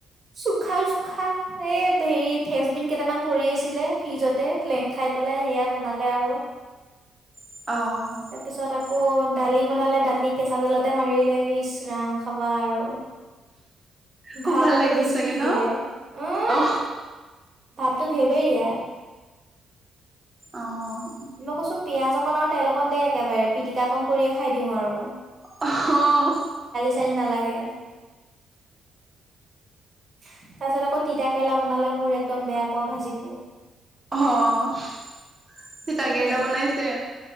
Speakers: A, on the right; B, on the right.
A: চুখাও চুখা এই হেৰি ফেচবিন কেটামান পৰি আছিলে ফ্ৰিজতে লেং খাই পেলাই সেয়া বনালে আৰু।
B: অ'।
A: তাৰপিছত আকৌ দালি বনালে দালি কেঁচা তেলতে মাৰিলে ইচৰাম খাবা আৰু।
B: খুব
A: ভাত
B: ভাল
A: আকৌ
B: লাগিল
A: বেছি
B: চাগে
A: সিজিলে
B: ন?
A: উম
B: অ
A: ভাতটো ভেৰভেৰিয়া।
B: অ'।
A: মই কৈছো পিয়াঁজ অকন আৰু তেল অকণ দে একেবাৰে পিটিকা অকণ কৰিয়ে খাই দিওঁ আৰু।
B: অ'।
A: চেল নালাগে। তাৰ পিছত আকৌ তিতাকেৰলা বনালে মোৰ একদম বেয়া পোৱা ভাজিটো।
B: অ' তিতাকেৰেলা
A: সেয়ে
B: বনাইছে?